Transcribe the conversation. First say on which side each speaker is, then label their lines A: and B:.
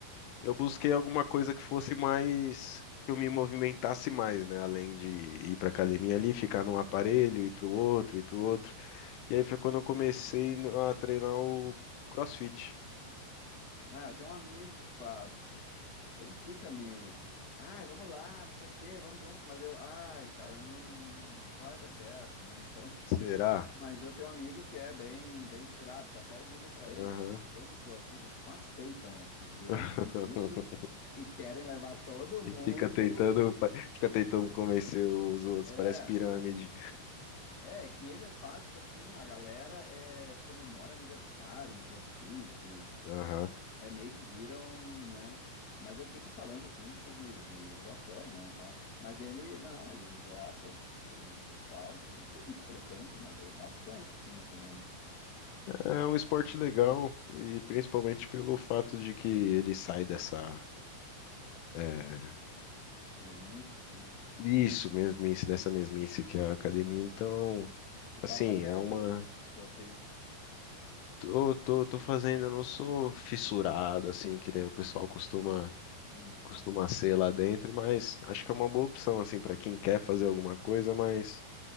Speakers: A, on the left (about 80°); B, on the left (about 30°).
A: Eu busquei alguma coisa que fosse mais, que eu me movimentasse mais, né? Além de ir para academia ali, ficar num aparelho, ir para o outro, ir para o outro. E aí foi quando eu comecei no- a treinar o CrossFit.
B: Ah, eu tenho um amigo que faz. Ele fica me, ai, vamos lá, não sei o quê, vamos junto, mas eu, ai, cara, não, não vai dar certo, não. Então,
A: Será?
B: Mas eu tenho um amigo que é bem, bem fissurado, que eu até digo pra ele,
A: Aham.
B: é que vocês o CrossFit é tipo uma seita, né? Vocês entram
A: <laughs>
B: nisso e querem levar todo mundo.
A: Fica tentando, fica tentando convencer os outros,
B: É,
A: parece pirâmide.
B: é é que ele faz, tipo assim, a galera é, comemora aniversário no CrossFit,
A: Aham.
B: é meio que viram, né? Mas eu fico falando assim, tipo, de, de zoação, né, e tal. Mas ele, não, ele gosta, ele faz, não sei com que frequência, mas é bastante, assim, na semana.
A: É um esporte legal e principalmente pelo fato de que ele sai dessa é,
B: É mesmice, assim.
A: isso mesmice, dessa mesmice que é a academia. Então,
B: Tu tá
A: assim,
B: fazendo
A: é uma
B: CrossFit?
A: tô, tô, tô fazendo, eu não sou fissurado
B: Não.
A: assim, que nem o pessoal costuma
B: Sim.
A: costuma ser lá dentro, mas acho que é uma boa opção assim para quem quer fazer alguma coisa, mas